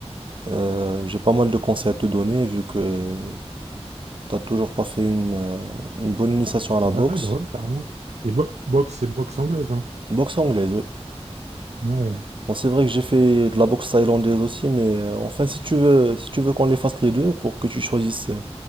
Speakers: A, on the right (about 50°); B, on the right (about 90°).
A: Euh, j'ai pas mal de conseils à te donner vu que T'as toujours pas fait une, euh, une bonne initiation à la
B: Ouais,
A: boxe.
B: bah ouais, carrément. Et bo- boxe, c'est boxe anglaise, hein.
A: Boxe anglaise, oui.
B: Ouais.
A: Bon, c'est vrai que j'ai fait de la boxe thaïlandaise aussi, mais euh, enfin, si tu veux, si tu veux qu'on les fasse les deux pour que tu choisisses euh,